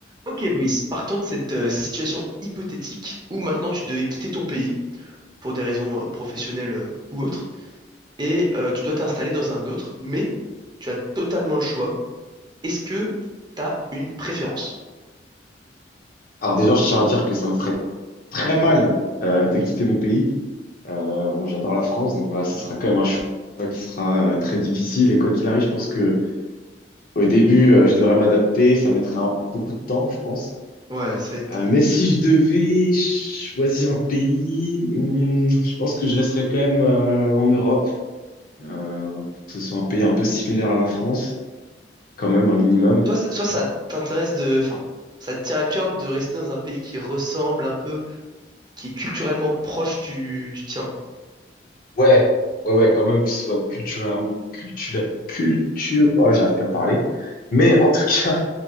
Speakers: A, on the right; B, on the left.
A: Ok Brice, partons de cette euh, situation hypothétique où maintenant tu devais quitter ton pays pour des raisons euh, professionnelles euh, ou autres et euh, tu dois t'installer dans un autre, mais tu as totalement le choix. Est-ce que tu as une préférence?
B: Alors déjà, je tiens à dire que ça me ferait très mal euh, de quitter mon pays. Euh, bon, j'adore la France, donc voilà, ça sera quand même un choix qui sera euh, très difficile. Et quoi qu'il arrive, je pense que au début, euh, je devrais m'adapter. Ça mettrait un- beaucoup de temps, je pense.
A: Ouais, ça va être...
B: Euh, mais si je devais choisir un pays, hmm, je pense que je resterais quand même euh, en Europe, euh, pour que ce soit un pays un peu similaire à la France, quand même un minimum.
A: Soit, soit ça t'intéresse de... Enfin, ça te tient à cœur de rester dans un pays qui ressemble un peu qui est culturellement proche du, du tien?
B: Ouais, ouais, ouais, quand même qu'il soit culturellement, culture, culture, oh, j'arrive plus à parler. Mais en tout cas,